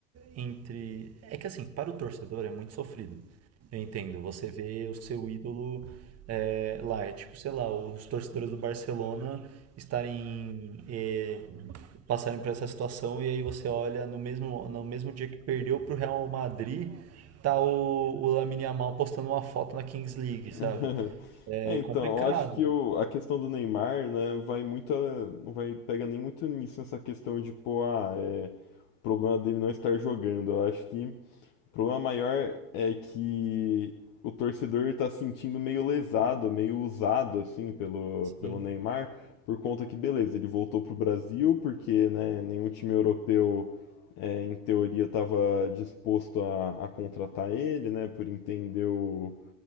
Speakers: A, on the right; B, on the left.
A: entre. É que, assim, para o torcedor é muito sofrido. Eu entendo. Você vê o seu ídolo é, lá, é tipo, sei lá, os torcedores do Barcelona estarem é, passarem por essa situação e aí você olha no mesmo no mesmo dia que perdeu pro Real Madrid, tá o, o Lamine Yamal postando uma foto na Kings League,
B: <laughs>
A: sabe? É
B: É, então,
A: complicado.
B: eu acho que o, a questão do Neymar, né, vai muito. a- Não vai pega nem muito nisso, essa questão de, pô, ah, é, o problema dele não estar jogando. Eu acho que. O problema maior é que o torcedor tá se sentindo meio lesado, meio usado, assim, pelo,
A: Sim.
B: pelo Neymar, por conta que, beleza, ele voltou pro Brasil, porque, né, nenhum time europeu, é, em teoria, estava disposto a, a contratar ele, né, por entender o,